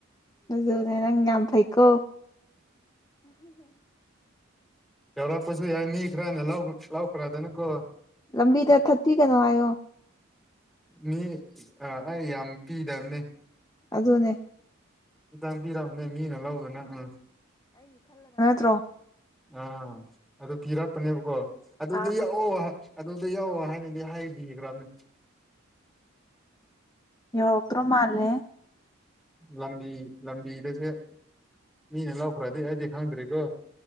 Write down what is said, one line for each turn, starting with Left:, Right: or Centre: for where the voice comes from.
Left: ꯑꯗꯨꯖꯅꯦ ꯅꯪ ꯌꯥꯝ ꯐꯩꯀꯣ
Centre: ꯌꯥꯎꯔꯛꯄꯁꯨ ꯌꯥꯏ ꯃꯤ ꯈꯔꯅ ꯂꯥꯎꯈ꯭ꯔꯗꯅꯀꯣ
Left: ꯂꯝꯕꯤꯗ ꯊꯠꯇꯤ ꯀꯩꯅꯣ ꯑꯣ
Centre: ꯃꯤ ꯑꯩ ꯌꯥꯝ ꯄꯤꯗꯝꯅꯦ
Left: ꯑꯗꯨꯅꯦ
Centre: ꯇꯥꯡ ꯄꯤꯔꯛꯑꯕꯅꯦ ꯃꯤꯅ ꯂꯧꯗꯅ ꯑꯥ
Left: ꯀꯨ ꯇ꯭ꯔꯣ
Centre: ꯑꯥ ꯑꯗꯨ ꯄꯤꯔꯛꯄꯅꯦꯕꯀꯣ ꯑꯗꯨꯗꯤ
Left: ꯑꯥ
Centre: ꯌꯥꯑꯣ ꯑꯗꯨꯗ ꯌꯧꯑꯣ ꯍꯥꯏꯅꯗꯤ ꯍꯥꯏꯕꯤꯈ꯭ꯔꯥꯅꯦ
Left: ꯌꯧꯔꯛꯇ꯭ꯔꯣ ꯃꯥꯂꯦ
Centre: ꯂꯝꯕꯤ ꯂꯝꯕꯤꯗꯁꯦ ꯃꯤꯅ ꯂꯥꯎꯈ꯭ꯔꯗꯤ ꯑꯩꯗꯤ ꯈꯪꯗ꯭ꯔꯤꯀꯣ